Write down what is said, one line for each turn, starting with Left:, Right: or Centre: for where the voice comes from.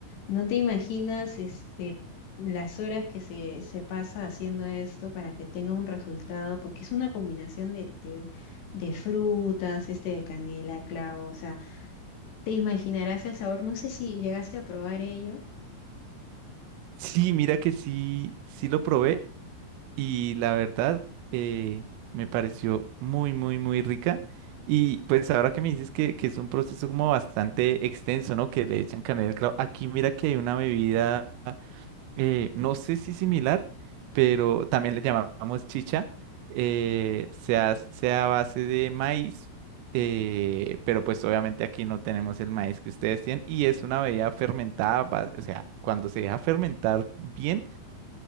Left: no te imaginas este, las horas que se, se pasa haciendo esto para que tenga un resultado, porque es una combinación de, de, de frutas, este, de canela, clavo, o sea. Te imaginarás el sabor, no sé si llegaste a probar ello.
Right: Sí, mira que sí, sí lo probé y la verdad eh, me pareció muy, muy, muy rica. Y pues ahora que me dices que, que es un proceso como bastante extenso, ¿no? Que le echan canela al clavo. Aquí mira que hay una bebida eh, no sé si similar, pero también le llamamos chicha. eh, se hace a base de maíz, eh, pero pues obviamente aquí no tenemos el maíz que ustedes tienen y es una bebida fermentada, va- o sea, cuando se deja fermentar bien,